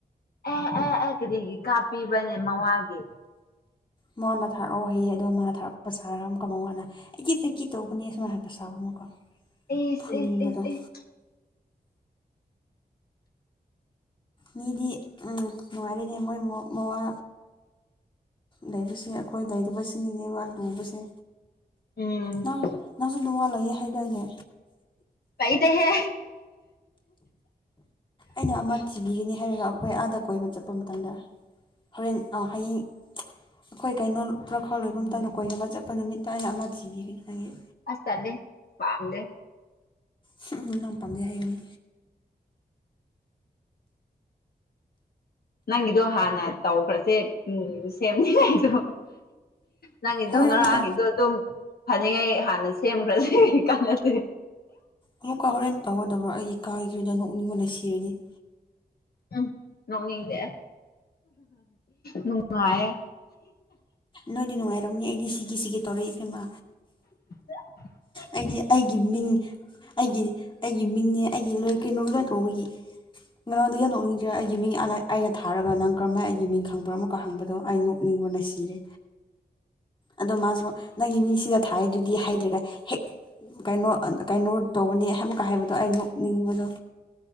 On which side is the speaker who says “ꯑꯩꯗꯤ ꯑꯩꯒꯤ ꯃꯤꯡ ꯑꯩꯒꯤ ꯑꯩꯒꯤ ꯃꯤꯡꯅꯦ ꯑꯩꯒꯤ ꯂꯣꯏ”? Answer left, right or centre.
Left